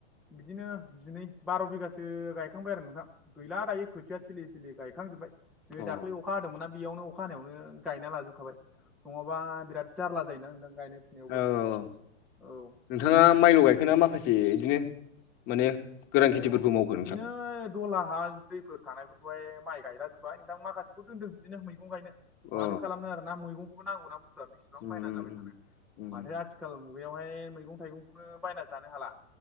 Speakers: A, in the centre; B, on the left.
A: बिदिनो जिनै बार' बिगासो गायखांबाय आरो नोंथां। गैला दायो खोथिया थिलि सिलि गायखांजोब्बाय। नै
B: अ
A: दाख्लै अखा हादोंमोनना बेयावनो अखा हानायावनो गायना लाजोबखाबाय। नङाबा बिराद जारला जायोना नोंथां गायनाय फुनायावबो
B: औ औ औ
A: औ
B: नोंथाङा माइल' गायखोना माखासे इदिनो माने गोरान
A: अ
B: खेथिफोरखौ मावखो
A: बिदिनो
B: नोंथां
A: दलहा हा दैफोर थानायफोरखौहाय माइ गायला जोब्बाय नोंथां माखासेखौ दोनदों बिदिनो मैगं गायनो।
B: अ
A: माथो खालामनो आरो ना मैगंखौबो नांगौ ना <unintelligible> बेसेबां
B: उम
A: बायना
B: उम
A: जाबाय
B: उम
A: थानो
B: उम
A: माथो आथि खाल मुगायावहाय मैगं-थाइगंखौनो बायना जानो हाला